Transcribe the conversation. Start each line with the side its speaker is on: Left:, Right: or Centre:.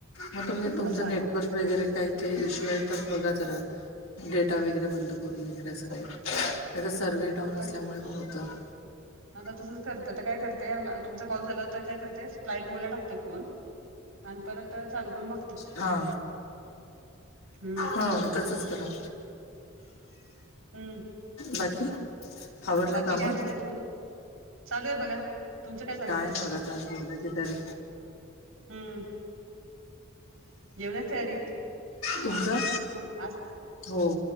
Left: मग तुम्ही तुमचं
Right: असं आलं
Left: नेटवर्क वगैरे काय ते इशू येतात बघा जरा. डेटा वगैरे बंद करून वगैरे असं काही सर्व डाऊन
Right: मग आता
Left: असल्यामुळे पण होतं. <unintelligible>
Right: आता तसंच करते आता काय करते तुमचा कॉल झाला होता काय करते फ्लाईट मुला टाकते फोन. आणि परत चालू करून बघ.
Left: हा.
Right: हम्म.
Left: हो तसंच करा?
Right: हम्म
Left: बाकी आवरलं
Right: बाकी
Left: काम
Right: काय म्हणता तुम्ही चालू आहे बघा. तुमचं चाललंय?
Left: काय नाही होतता जेवणाची तरी!
Right: हम्म जवणा तयारी
Left: तुमचा
Right: मग आज
Left: हो.